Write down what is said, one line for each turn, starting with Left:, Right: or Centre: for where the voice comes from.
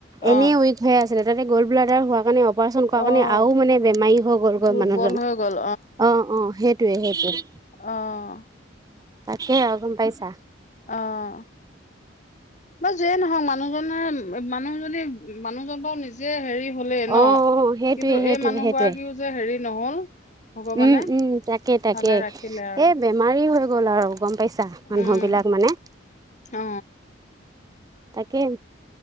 Right: এনেই
Left: অ',
Right: উইক হৈ আছিলে তাতে গ'ল্ ব্লডাৰ হোৱাৰ কাৰণে অপাৰচন কৰা
Left: অ',
Right: কাৰণে আৰু মানে বেমাৰী হৈ গ'ল গৈ
Left: দুৰ্বল
Right: মানুহজন।
Left: হৈ গ'ল
Right: অহ', অহ' সেইটোৱে সেইটোৱে।
Left: অহ।
Right: তাকে আৰু গম পাইচা।
Left: অহ। বা যিয়ে নহওঁক মানুহজনৰ-মানুহজনী মানুহজন বাৰু নিজে হেৰি হলেই ন'
Right: অ অ সেইটোৱে
Left: কিন্তু
Right: সেইটোৱে
Left: এই মানুহ
Right: সেইটোৱে
Left: গৰাকীও যে হেৰি নহ'ল ভগৱানে
Right: উম', উম' তাকে তাকে।
Left: ভালে ৰাখিলে আৰু
Right: এই বেমাৰী হৈ গ'ল আৰু। গম পাইছা মানুহবিলাক
Left: উম
Right: মানে,
Left: অ
Right: তাকে।